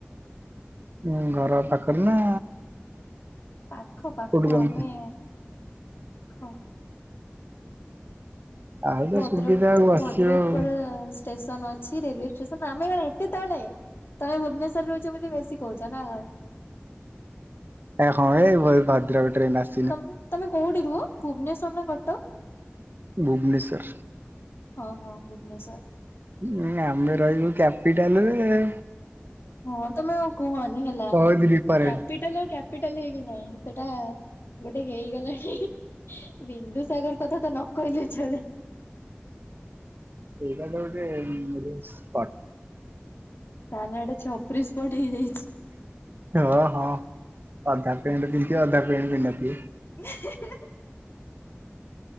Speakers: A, on the right; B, on the left.
A: ଉଁ ଘର ପାଖରେ ନା
B: ପାଖ ପାଖ
A: କୋଉଠୁ କେମିତି?
B: ଆମେ ହଁ
A: ଆଉ ତ
B: ଭଦ୍ରକ
A: ସୁବିଧା ଆଉ ଆସିବ
B: ଭଦ୍ରକ
A: ଆଉ।
B: ପରେ ଷ୍ଟେସନ ଅଛି ରେଲୱେ ଶେଷରେ ଆମେ କଣ ଏତେ ତଳେ ତମେ ଭୁବନେଶ୍ୱରରେ ରହୁଛ ବୋଲି ବେଶୀ କହୁଛ ନା କଣ।
A: ଏ ହଁ ଏଇ ଭ ଭଦ୍ରକ ଟ୍ରେନ୍ ଆସ୍
B: ତମ୍ ତମେ କୋଉଠି ରୁହ ଭୁବନେଶ୍ଵର ନା କଟକ?
A: ଭୁବନେଶ୍ୱର।
B: ହଁ ହଁ ଭୁବନେଶ୍ୱର।
A: ଉଁ ଆମେ ରହିବୁ କ୍ୟାପିଟାଲରେ-ଏ-ଏ।
B: ହଁ ତମେ ଆଉ କୁହନି ହେଲା
A: ବହୁତ ଡିଫରେଣ୍ଟ।
B: କ୍ୟାପିଟାଲ ଆଉ କ୍ୟାପ୍ ପିଟାଲ ହେଇକି ନାହିଁ ସେଇଟା-ଆ ଗୋଟେ ହେଇଗଲାଣି ବିନ୍ଦୁ ସାଗର କଥା ତ ନ କହିଲେ ଚଳେ।
A: ସେଇଟା ତ ଗୋଟେ-ଏ-ଏ-ଏ ଉ-ଉ-ଉ ସ୍ପଟ୍।
B: ତା ନାଁ ଗୋଟେ ଛପ୍ରି ସ୍ପଟ ହେଇଯାଇଛି।
A: ହଁ ହଁ ଅଧା ପେଣ୍ଟ ପିନ୍ଧିଥିବେ ଅଧା ପେଣ୍ଟ ପିନ୍ଧିନଥିବେ।
B: <inaudible>